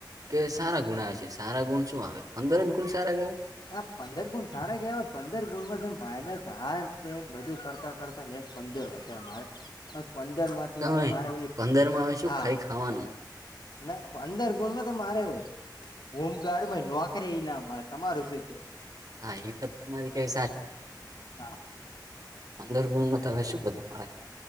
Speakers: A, on the right; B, on the left.
A: કે સારા ગુણ આવે છે સારા ગુણ શું આવે પંદર જ ગુણ સારા કેવા.
B: આ પંદર ગુણ સારા કેવાય પંદર ગુણમાં માઇનસ આઠ બધું કરતા. કરતા ને પંદર વધ્યા મારે પંદર માં.
A: તમે
B: મારા
A: પંદર માં હવે શું
B: હા.
A: ખાઈ ખાવાનું
B: ના પંદર ગુણ માં તો મારે હોમગાર્ડ માં નોકરી ના મળે. તમારું શ ક.
A: હા વત મધ કે સાારી.
B: હા.
A: અંદર ગુલમાં તો હ શું બધું મા.